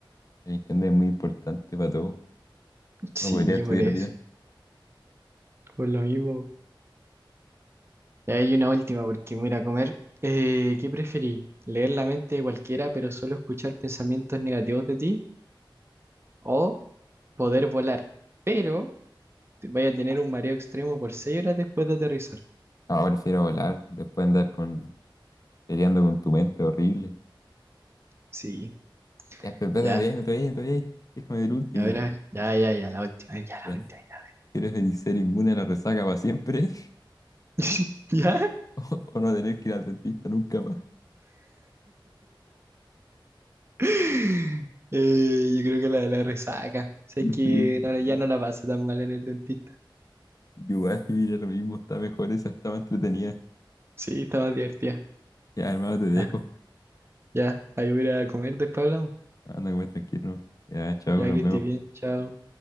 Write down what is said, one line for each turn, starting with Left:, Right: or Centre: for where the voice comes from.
Left: El internet es muy importante para todo.
Right: Sí,
Left: No podría estudiar
Right: por eso.
Left: bien.
Right: Por lo mismo. Y hay una última porque me voy a ir a comer. Eh, ¿qué preferí? ¿Leer la mente de cualquiera, pero solo escuchar pensamientos negativos de ti? ¿O poder volar, pero te vaya a tener un mareo extremo por seis horas después de aterrizar?
Left: Ahora prefiero volar, después andar con, peleando con tu mente horrible.
Right: Sí,
Left: Ya, pero espérate,
Right: ya.
Left: no te vayas, no te vayas, no te vayas. Déjame ver el último.
Right: A ver, a
Left: po.
Right: ya, ya, ya, la última, ya, la
Left: Ya.
Right: última, ya.
Left: ¿Quieres venir ser inmune a la resaca para siempre?
Right: <laughs> ¿Ya?
Left: <laughs> ¿O, o no tener que ir al dentista nunca más?
Right: <laughs> Eh, yo creo que la de la resaca. O sea,
Left: <laughs>
Right: es que
Left: Sí.
Right: no, ya no la paso tan mal en el dentista.
Left: Igual, mira, lo mismo, está mejor esa, estaba entretenida.
Right: Sí, está más divertida.
Left: Ya, hermano, te dejo.
Right: Ya, ya. Ahí voy a ir a comer, después hablamos.
Left: Anda, comer tranquilo. Ya, chao,
Right: Ya
Left: nos
Right: que Ya,
Left: vemos.
Right: estés bien, chao.